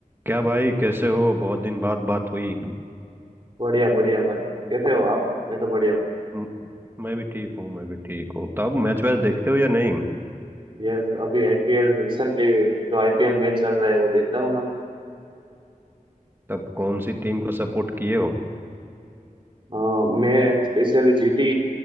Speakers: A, on the right (about 15°); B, on the right (about 35°).
A: क्या भाई कैसे हो बहुत दिन बाद बात हुई
B: बढ़िया बढ़िया भाई कैसे हो आप मैं तो बढ़िया हूँ
A: म- मैं भी ठीक हूँ मैं भी ठीक हूँ तब मैच वैच देखते हो या नहीं
B: यस अभी आईपीएल रिसेंटली जो आईपीएल मैच चल रहा है वो देखता हूँ ना मैं
A: तब कौन सी टीम को सपोर्ट किए हो
B: अ, मैं स्पेशली जीटी